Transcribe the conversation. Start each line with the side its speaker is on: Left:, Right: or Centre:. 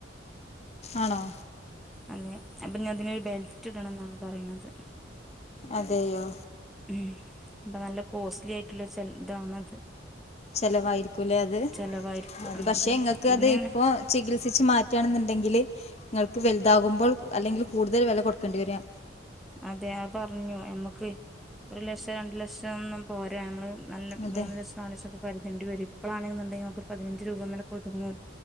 Left: ആണോ
Centre: അതെ അപ്പൊ ഞ അതിനരു ബെൽറ്റ് ഇടണം എന്നാണ് പറയണത്
Left: അതെയോ
Centre: അപ്പം നല്ല കോസ്റ്റ്ലി ആയിട്ടുള്ളരു സെറ്റ് ഇതാണത്
Left: ചെലവായിരിക്കുംല്ലേ അത്
Centre: ചെലവായിരിക്കും
Left: അത് പക്ഷെ
Centre: അതിന്
Left: എങ്ങൾക്ക്
Centre: പിന്നെ
Left: അത് ഇപ്പോ ചികത്സ ചേച്ചി മാറ്റുകയാണെന്നുണ്ടെങ്കില് നിങ്ങൾക്ക് വലുതാകുമ്പോൾ അല്ലെങ്കിൽ കൂടുതൽ വില കൊടുക്കേണ്ടി വരിക
Centre: അതെ ആഹ് പറഞ്ഞു നമ്മക്ക് ഒരു ലക്ഷം രണ്ടു ലക്ഷം ഒന്നും പോരാ നമ്മള് നല്ല
Left: അതെ
Centre: മൂന്ന് ലക്ഷം നാല് ലക്‌ഷ്യൊക്കെ കരുതേണ്ടി വരും ഇപ്പോഴാണെന്നുണ്ടെങ്കിൽ നമുക്ക് ഒരു പതിനഞ്ച് രൂപ മേലെക്കൊതുങ്ങും